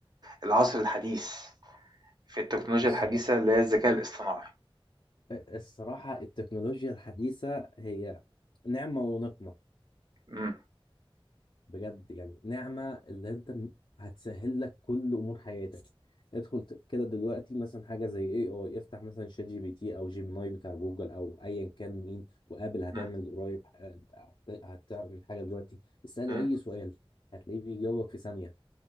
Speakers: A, on the right; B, on the left.
A: العصر الحديث في التكنولوجيا
B: الصراحة
A: الحديثة اللي هي الذكاء الاصطناعي
B: الصراحة التكنولوجيا الحديثة هي نعمة ونقمة
A: امم
B: بجد يعني نعمة اللي انت م- هتسهل لك كل امور حياتك ادخل ت- كده دلوقتي مثلا حاجة زي اي اي افتح مثلا شات جي بي تي او جيميناي بتاع جوجل او ايا كان مين وقابل هتعمل
A: امم
B: قريب ح- هت- هتعمل حاجة دلوقتي اسأله
A: امم
B: اي سؤال هتلاقيه بيجاوبك في ثانية